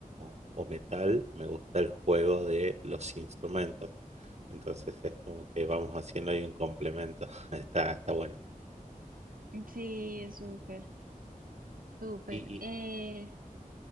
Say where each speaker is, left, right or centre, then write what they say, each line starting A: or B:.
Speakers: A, on the right (about 50°); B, on the right (about 75°).
A: o- o metal, me gusta el juego de los instrumentos. Entonces es como que vamos haciendo ahí un complemento. <laughs> Está, está bueno.
B: Ujú. Sí, es súper, súper.
A: Y, y
B: Eh,